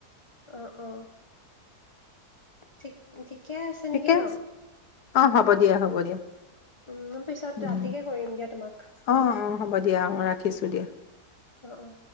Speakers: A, on the left; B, on the left.
A: অ অ ঠিক, ঠিক ঠিকেই আছে
B: ঠিকে
A: নিকি ন?
B: আছে, অ', হ'ব দিয়া, হ'ব দিয়া।
A: উম, মই পিছত
B: উম
A: ৰাতিকে কৰিম দিয়া তোমাক।
B: অ', অ', হ'ব দিয়া অ', ৰাখিছোঁ দিয়া।
A: অ', অ'।